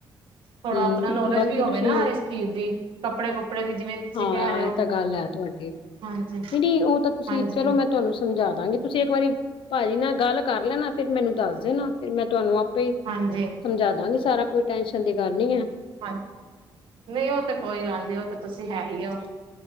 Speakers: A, on the right; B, on the left.
A: ਥੋੜਾ
B: ਹੂੰ
A: ਆਪਣਾ ਨੌਲੇਜ
B: ਬਾਕੀ
A: ਵੀ ਹੋਵੇ
B: ਤੁਸੀਂ
A: ਨਾ ਇਸ ਚੀਜ਼ ਦੀ, ਕੱਪੜੇ- ਕੁਪੜੇ ਦੀ ਜਿਵੇਂ ਤੁਸੀਂ
B: ਹਾਂ
A: ਕਹਿ ਰਹੇ ਹੋ
B: ਇਹ ਤਾਂ ਗੱਲ ਹੈ ਤੁਹਾਡੀ,
A: ਹਾਂਜੀ
B: ਨਹੀਂ ਨਹੀਂ ਉਹ ਤਾਂ ਤੁਸੀਂ
A: ਹਾਂਜੀ
B: ਚਲੋ, ਮੈਂ ਤੁਹਾਨੂੰ ਸਮਝਾ ਦਾਂਗੀ। ਤੁਸੀਂ ਇੱਕ ਵਾਰੀ ਭਾਜੀ ਨਾਲ ਗੱਲ ਕਰ ਲੈਣਾ, ਫਿਰ ਮੈਨੂੰ ਦੱਸ ਦੇਣਾ। ਫਿਰ ਮੈਂ ਤੁਹਾਨੂੰ ਆਪੇ ਹੀ
A: ਹਾਂਜੀ।
B: ਸਮਝਾ ਦਾਂਗੀ ਸਾਰਾ ਕੁ, ਕੋਈ ਟੈਸ਼ਨ ਦੀ ਗੱਲ ਨੀ ਹੈ।
A: ਹਾਂਜੀ, ਨਹੀਂ ਉਹ ਤੇ ਕੋਈ ਗੱਲ ਨੀ, ਉਹ ਤੇ ਤੁਸੀਂ ਹੈ ਹੀੳ।